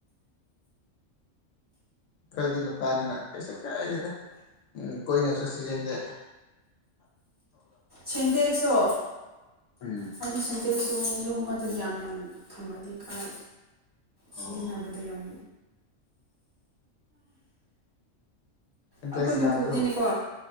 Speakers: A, on the left; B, on the right.
A: ꯀꯩꯗꯅ ꯄꯅꯤꯅꯁꯨ ꯀ ꯀꯗꯗ ꯎꯝ ꯀꯣꯏꯅꯦ ꯁꯁꯤ ꯆꯗ
B: ꯁꯦꯟꯇꯦꯛꯁꯨꯣ
A: ꯎꯝ
B: ꯍꯥꯏꯗꯤ ꯁꯦꯟꯇꯦꯛ ꯁ ꯌꯨꯝ ꯑꯗꯨꯗꯤ ꯌꯥꯝ ꯌꯥꯝ ꯊꯝꯃꯗꯤ ꯀꯥꯏ
A: ꯑꯣ
B: ꯁꯤꯖꯤꯟꯅꯕꯗ ꯌꯥꯝ
A: ꯁꯤꯟꯇꯦꯛꯁ
B: ꯑꯩꯈꯣꯏ ꯃꯄꯨꯅꯤꯅꯦꯀꯣ
A: ꯌꯥꯝꯁꯨ